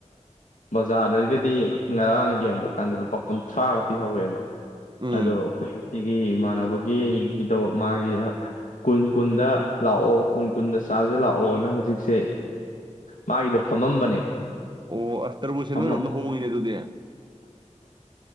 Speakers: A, on the left; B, on the right.
A: ꯕꯖꯥꯔꯗꯒꯤꯗꯤ ꯉꯔꯥꯡ ꯌꯦꯡꯕ ꯀꯥꯟꯗ ꯂꯨꯄꯥ ꯀꯨꯟ ꯊꯥꯒ ꯄꯤꯍꯧꯋꯦꯕ
B: ꯎꯝ
A: ꯑꯗꯣ ꯑꯩꯈꯣꯏ ꯁꯤꯒꯤ ꯏꯃꯥꯟꯅꯕꯒꯤ ꯒꯤꯗꯣ ꯃꯥꯒꯤ ꯀꯨꯟ ꯀꯨꯟꯗ ꯂꯥꯛꯑꯣ ꯀꯨꯟ ꯀꯨꯟꯗ ꯆꯥꯖ ꯂꯥꯛꯑꯣꯅ ꯍꯧꯖꯤꯛꯁꯦ ꯃꯥꯒꯤꯗꯣ ꯐꯝꯃꯝꯕꯅꯦ
B: ꯑꯣ ꯑꯁ ꯇꯔꯕꯨꯁꯦ
A: ꯐꯝꯃꯝ
B: ꯂꯣꯏꯔꯣꯝꯗ ꯍꯣꯡꯉꯤꯅꯦ ꯑꯗꯨꯗꯤ